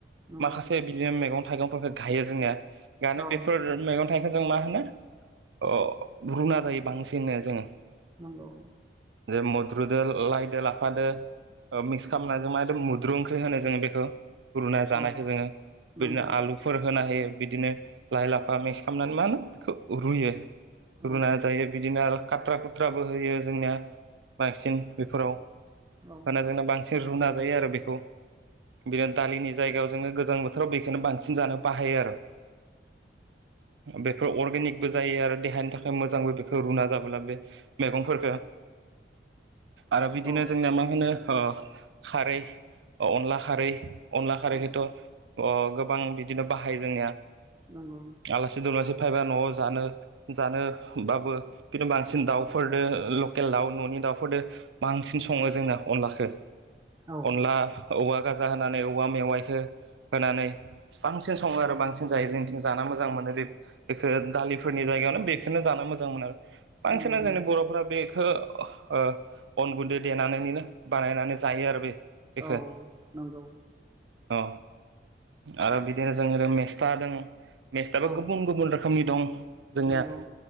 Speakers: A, on the right; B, on the right.
A: नंगौ
B: माखासे बिदिनो मैगं थाइगंफोरखौ गायो जोंनिया गानो
A: औ
B: बेफोर मैगं हथायखौ जों मा होनो अ रुना जायो बांसिननो जोङो
A: नंगौ
B: जे मुद्रुदो लायदो लाफादो मिक्स खालामनानै जों मा एकदम मुद्रु ओंख्रि होनो जोङो बेखौ रुना जानायखौ
A: औ
B: जोङो
A: नंगौ
B: बिदिनो आलु फोर होना होयो बिदिनो लाइ लाफा मिक्स खालामनानै मा होनो बेखौ रुयो
A: औ
B: रुना जायो बिदिनो आरो खाथ्रा खुथ्राबो होयो जोंनिया बांसिन बेफोराव
A: औ
B: खाजोंना बांसिन रुना जायो आरो बेखौ। बिदिनो दालिनि जायगायाव जोङो गोजां बोथोराव बेखौनो बांसिन जानो बाहायो आरो। बेफोर अर्गेनिकबो जायो आरो देहानि थाखाय मोजांबो बेफोर रुना जाबोला बे मैगंफोरखौ आरो बिदिनो
A: औ
B: जोंनिया मा होनो अ खारै अनला खारै अनला खारैखौथ'
A: औ
B: जोङो अ गोबां बिदिनो बाहायो जोंनिया
A: नांगौ।
B: आलासि दुमलासि फैबा न'आव जानो जानोबाबो। बिदिनो बांसिन दाउफोरजों लकेल दाउ न'नि दाउफोरजों बांसिन सङो जोंना अनलाखौ
A: औ
B: अनला औवा गाजा होनानै औवा मेवाइखौ होनानै बांसिन सङो आरो बांसिन जायो जोंथिं जान मोजां मोनो बे बेखौ दालिफोरनि जायगायावनो बेखौोननो जानो मोजां मोनो। बांसिन
A: नंगौ नंगौ
B: जोंनि बर'फोरा बेखौ अन गुन्दै देनानैनो बानायनानै जायो आरो बे बेखौ।
A: औ नंगौ
B: औ आरो बिदिनो जों मेस्ट दं। मेक्सटाइलाव
A: औ
B: गुबुन गुबुन रोखोमनि दं जोंनिया
A: नंगौ